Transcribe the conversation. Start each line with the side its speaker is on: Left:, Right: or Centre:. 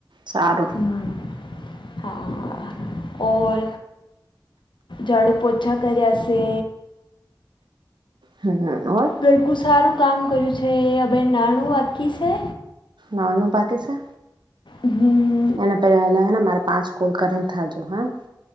Right: સારુ
Left: હ હા ઓર ઝાડુ પોછા કરી્યાે
Right: હમ્મ
Left: બિલકુ સારું કામ કર્યું છે હભાઈ નાણું વાકી છે.
Right: નાવા નું બાકી છે.
Left: હમ
Right: એને પેલાને મારે પાંચ કોલ કરીને થજો હા